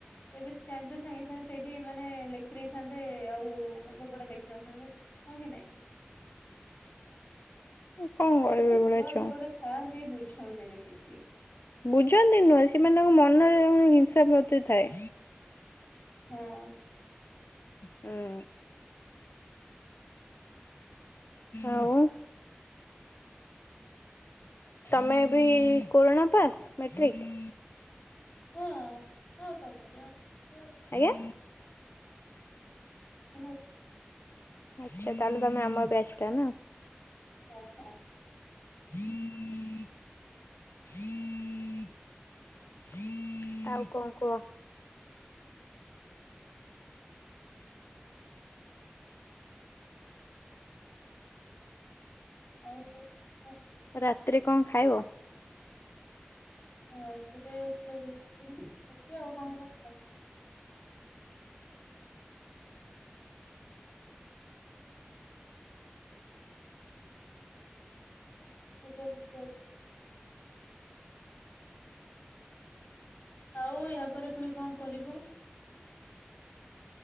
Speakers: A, on the left (about 45°); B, on the left (about 70°).
A: ତେବେ ଜାଣିଛ ସାଙ୍ଗେ ସାଙ୍ଗେ ସେଇଠି ମାନେ ଲେଖି ଦେଇେଥାନ୍ତେ ଆଉ ଏପଟେ ଦେଖିିନଥାନ୍ତି ହଁ କି ନାଇଁ।
B: କଣ କହିବେ
A: ନାଇଁ ଛୁଆ
B: ଏଭଳିଆ ଛୁଆଙ୍କୁ
A: ଗୋଟେ ଗୋଟେ ଥାଆନ୍ତି ବୁଝନ୍ତିନି କିଛି।
B: ବୁଝନ୍ତି ନୁହେଁ ସେମାନଙ୍କ ମନରେ ହିଂସା ପ୍ରତି ଥାଏ।
A: ହଁ।
B: ହୁଁ ଆଉ। ତମେ ବିି କୋରଣା ପାସ୍ ମେଟ୍ରିକ।
A: ହଁ ହଁ ତମେ ଯାଆନ୍ତ।
B: ଆଜ୍ଞା
A: <unintelligible>
B: ଆଚ୍ଛା ତାହେଲେ ତମେ ଆମ ବ୍ୟାଚଟା ନା।
A: ହଁ ହଁ।
B: <inaudible> ଆଉ କଣ କୁହ।
A: ଆଉ କଣ କୁହ। <unintelligible>
B: ରାତିରେ କଣ ଖାଇବ?
A: ରାତିରେ ସେ ରୁଟି‌। ରୁଟି ଆଉ କଣ ହବ ମୁଁ ଜାଣିନି। <unintelligible> ଆଉ ୟା ପରେ ଫୁଣି କଣ କରିବ?